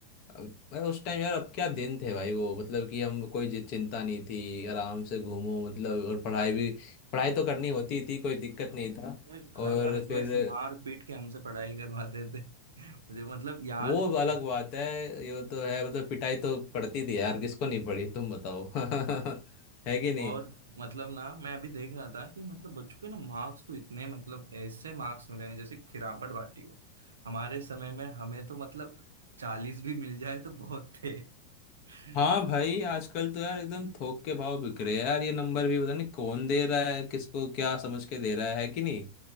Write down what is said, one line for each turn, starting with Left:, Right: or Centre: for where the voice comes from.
Left: अब- मैं उस टाइम यार अब क्या दिन थे भाई वो मतलब कि हम कोई जि- चिंता नहीं थी आराम से घूमो मतलब और पढ़ाई भी पढ़ाई तो करनी होती थी कोई दिक्कत नहीं था
Right: में घर
Left: और
Right: वाले तो
Left: फिर
Right: ऐसे मार पीट के हमसे पढ़ाई करवाते थे <laughs> मुझे मतलब याद
Left: वो अलग
Right: है
Left: बात है ये तो है मतलब पिटाई तो पड़ती थी यार किसको नहीं पड़ी तुम बताओ <laughs> है कि नहीं
Right: और मतलब ना मैं अभी देख रहा था कि मतलब बच्चों के ना मार्क्स तो इतने मतलब ऐसे मार्क्स मिले हैं जैसे खिरापट बाटी हो हमारे समय में हमें तो मतलब चालीस भी मिल जाए तो बहुत थे <laughs>
Left: हाँ भाई आजकल तो यार एकदम थोक के भाव बिक रहे हैं यार ये नंबर भी पता नहीं कौन दे रहा है किसको क्या समझ के दे रहा है कि नहीं